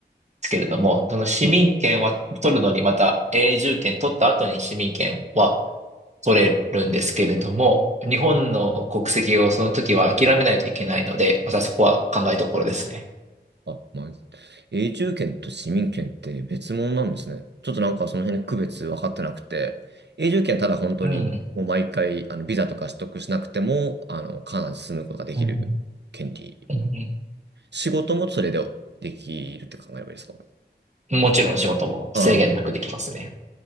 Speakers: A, on the right; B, on the right.
A: すけれども、その市民権は取るのにまた永住権取った後に市民権は
B: うん
A: 取れるんですけれども、日本の国籍をその時は諦めないといけないので、またそこは考えどころですね。
B: あ、まあ、永住権と市民権って別物なんですね。ちょっとなんかその辺の区別分かってなくて、永住権ただ本当にもう毎回あのビザとか取得しなくても、
A: うん。
B: あの、カナダに住むことができる権利。
A: うんうんうんうん
B: 仕事もそれでできるって考えればいいですか
A: もちろん仕事も制限なくできますね。
B: あ